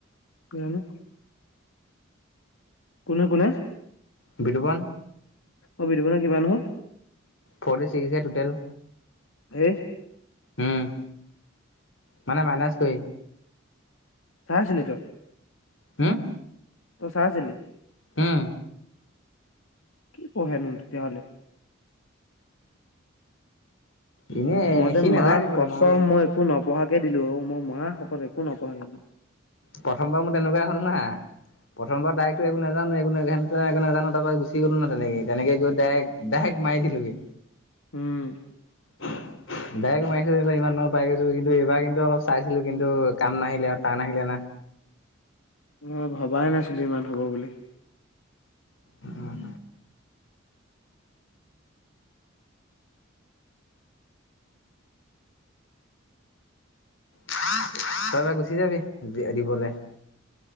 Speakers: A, on the left (about 80°); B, on the left (about 75°).
A: কিয়নো। কোনে কোনে?
B: বিটোপণ।
A: অ বিটোপণৰ কিমান হল?
B: ফৰটি ছিক্স এ টুটেল।
A: হে।
B: উম, মানে মাইনাছ কৰি।
A: চাই আছিলি তই?
B: হুম।
A: তই চাই আছিলি?
B: হুম।
A: কি পহে নো তেতিয়াহলে?
B: এনেই
A: মই যে
B: সি নাযায়
A: মা
B: দিবলৈ
A: কছম
B: বোলো
A: মই একো নপঢ়া কে দিলো অ মই মা শপত একো নপঢ়াকে
B: প্ৰথমবাৰ মোৰ তেনেকুৱাই হ'ল নহা, প্ৰথমবাৰ ডাইৰেক্ট একো নে নেজানোৱে একো নাজানো, ঘেন্টা একো নাজানো তাপা গুছি গলো নহয় তেনেকে তেনেকে গৈ ডাইৰেক ডাইৰেক্ট মাৰি দিলোগে
A: উম
B: ডাইৰেক্ট মাৰিছিলো ইমান নম্বৰ পাই গৈছোঁ কিন্তু এইবাৰ কিন্তু অলপ চাইছিলো কিন্তু কাম নাহিলে আৰু টান আহিলে না
A: অ ভবাই নাছিলো ইমান হব বুলি
B: উম তই এবাৰ গুচি যাবি দি দিবলৈ